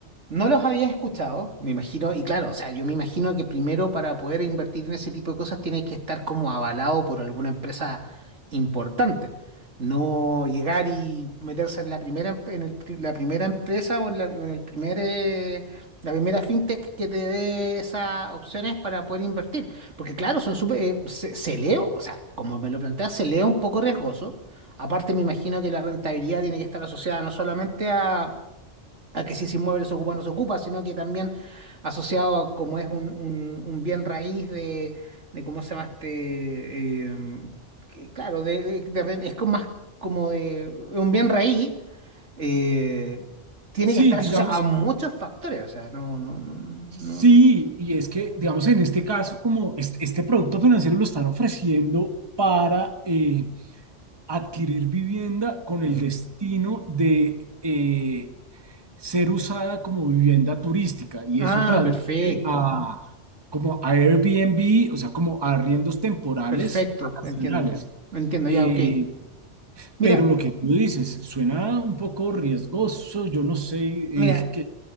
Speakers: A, on the right; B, on the right.
A: No los había escuchado, me imagino, y claro, o sea, yo me imagino que primero para poder invertir en ese tipo de cosas tienes que estar como avalado por alguna empresa importante. No llegar y meterse en la primera, em- en el pri- la primera empresa o en la, o en el primer, eh, la primera fintech que te dé esas opciones para poder invertir. Porque claro, son súper, eh, se, se leo, o sea, como me lo planteas, se leo un poco riesgoso. Aparte, me imagino que la rentabilidad tiene que estar asociada no solamente a a que si ese inmueble se ocupa o no se ocupa, sino que también asociado a como es un, un- un bien raíz de, de cómo se llama este, em, que, claro, de, de- de re- es como más como de un bien raíz, eh, tiene
B: Sí,
A: que estar
B: digamos,
A: asociado a muchos factores, o sea, no, no, no, no.
B: sí,
A: no-
B: y es que, digamos, en este caso, como este, este producto financiero lo están ofreciendo para eh, adquirir vivienda con el
A: Ujú.
B: destino de eh, ser usada como vivienda turística, y
A: Ah,
B: eso traduce
A: perfecto,
B: a, como a Airbnb, o sea, como a arriendos temporales
A: perfecto,
B: vacacionales.
A: entiendo, entiendo,
B: Eh,
A: ya, ok. Mira,
B: pero lo que tú dices suena un poco riesgoso, yo no sé, eh,
A: mira,
B: que-